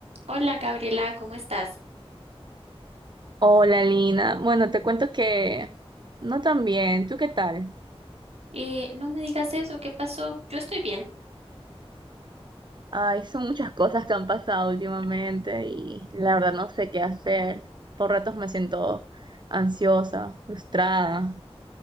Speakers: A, on the right; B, on the right.
A: Hola Gabriela, ¿cómo estás?
B: Hola Lina, bueno, te cuento que no tan bien, ¿tú qué tal?
A: Eh, no me digas eso, ¿qué pasó? Yo estoy bien.
B: Ay, son muchas cosas que han pasado últimamente y la verdad no sé qué hacer. Por ratos me siento ansiosa, frustrada,